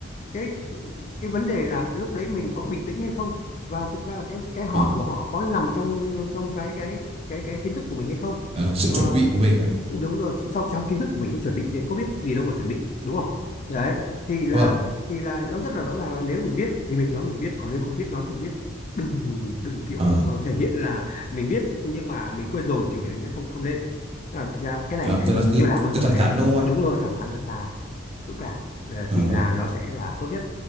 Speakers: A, on the left; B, on the right.
A: cái cái vấn đề là lúc đấy mình có bình tĩnh hay không và thực ra là cái cái hỏi
B: à,
A: của họ có nằm trong trong cái cái cái cái kiến thức của mình hay không
B: à, sự
A: Ờ,
B: chuẩn bị của mình á
A: đúng rồi trong trong kiến thức của mình ấy, chuẩn bị thì có biết gì đâu mà chuẩn bị đúng không đấy thì là
B: vâng
A: thì là nó rất là rõ ràng là nếu mình biết thì mình nói mình biết còn nếu không biết nói không biết đừng đừng kiểu
B: à,
A: ờ, thể hiện là mình biết nhưng mà mình quên rồi kiểu kiểu như thế không không nên à, thực ra cái này
B: à,
A: em
B: cứ là cứ
A: chưa làm bao giờ
B: cứ thẳng
A: em
B: thắn đúng không anh
A: đúng rồi thẳng thắn thật thà dũng cảm à,
B: à,
A: thì
B: vâng
A: là nó sẽ là tốt nhất